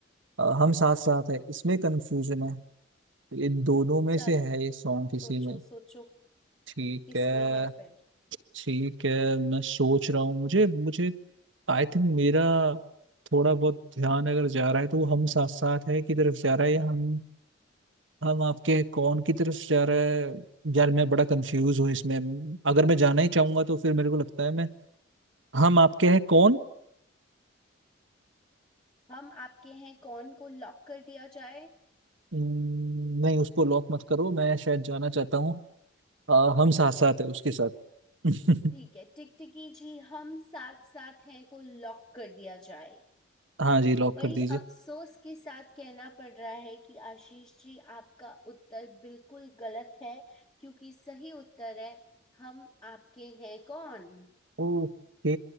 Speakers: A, on the right (about 80°); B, on the left (about 20°).
A: अ, हम साथ साथ है इसमें कंफ्यूजन है इन दोनों में
B: चलो
A: से है ये सॉन्ग किसी
B: सोचो
A: में
B: सोचो
A: ठीक
B: किस
A: है
B: में है फिर
A: ठीक है मैं सोच रहा हूँ मुझे मुझे आई थिंक मेरा थोड़ा बहुत ध्यान अगर जा रहा है तो वो हम साथ साथ है की तरफ जा रहा है या हम हम आपके हैं कौन की तरफ जा रहा है यार मैं बड़ा कंफ्यूज हूँ इसमें अगर मैं जाना ही चाहूंगा तो फिर मेरे को लगता है मैं हम आपके हैं कौन
B: हम आपके हैं कौन को लॉक कर दिया जाए
A: हम्म, नहीं उसको लॉक मत करो मैं शायद जाना चाहता हूँ अ, हम साथ साथ है उसके साथ <laughs>
B: ठीक है टिकटिकी जी हम साथ साथ हैं को लॉक कर दिया जाए
A: हाँ जी लॉक
B: बड़ी
A: कर दीजिए
B: अफसोस के साथ कहना पड़ रहा है कि आशीष जी आपका उत्तर बिल्कुल गलत है क्योंकि सही उत्तर है हम आपके हैं कौन
A: ओके